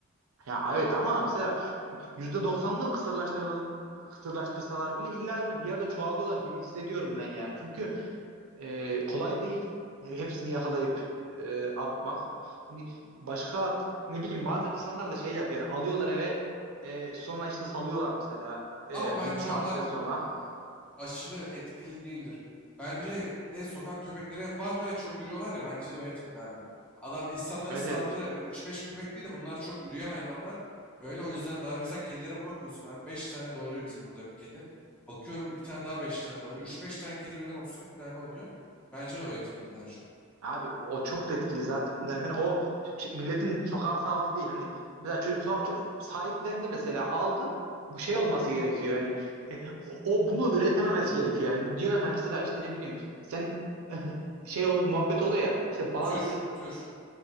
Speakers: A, on the right; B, in the centre.
A: ya evet ama mesela yüzde doksanlı kısırlaştırıl kısırlaştırsalar bile illa ki bir yerde çoğalıyorlar gibi hissediyorum ben yani. Çünkü e, kolay değil. Hepsini yakalayıp e, atmak. Hani başka ne bileyim bazen insanlar da şey yapıyor. Yani alıyorlar eve e, sonra işte salıyorlar mesela e,
B: Ama bence
A: bir, bir saatten
B: onlar e,
A: sonra.
B: aşırı etkili değildir. Bence de sokak köpekleri vardı ve çok ürüyorlar ya bence de o etkili abi. Adam insanların
A: Evet
B: saldığı
A: evet.
B: 3-5 köpek değil de bunlar çok üreyen hayvanlar. Böyle o yüzden daha mesela kedilere bakıyorsun abi 5 tane doğuruyor bizim burada bir kedi. Bakıyorum bir tane daha 5 tane doğuruyor. 3-5 tane kedi birden 30-40 tane oluyor. Bence de o etkili daha çok.
A: Abi o çok da etkili zaten de hemen o ç- ç- milletin sokağa saldı değil. Hani mesela ço- so- ço- sahiplendi mesela aldı. Bu şey olması gerekiyor. Hani e, o, o bunu üretememesi gerekiyor. Yani diyor hani mesela işte ne bileyim sen <laughs> şey ol, muhabbet oluyor ya işte bazı
B: Tür, tür.